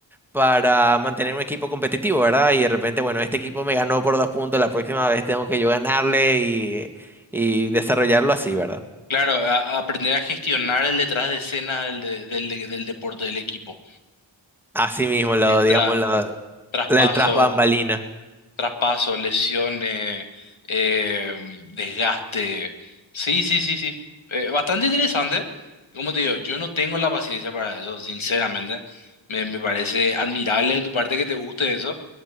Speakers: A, in the centre; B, on the left.
A: para mantener un equipo competitivo, ¿verdad? Y de repente, bueno, este equipo me ganó por dos puntos, la próxima vez tengo que yo ganarle y, y desarrollarlo así, ¿verdad?
B: Claro, a- a aprender a gestionar el detrás de escena del, de- del, del deporte del equipo,
A: Así mismo, lo,
B: el
A: digamos,
B: tra-
A: lo,
B: traspaso.
A: la- el tras bambalina.
B: Traspaso, lesiones, eh, desgaste. Sí, sí, sí, sí. Eh, bastante interesante. Como te digo, yo no tengo la paciencia para eso, sinceramente. Me, me parece admirable de tu parte que te guste eso,